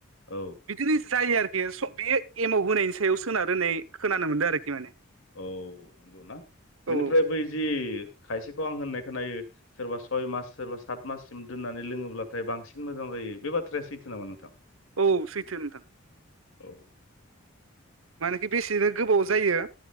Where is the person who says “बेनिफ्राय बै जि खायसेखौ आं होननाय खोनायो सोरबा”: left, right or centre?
Left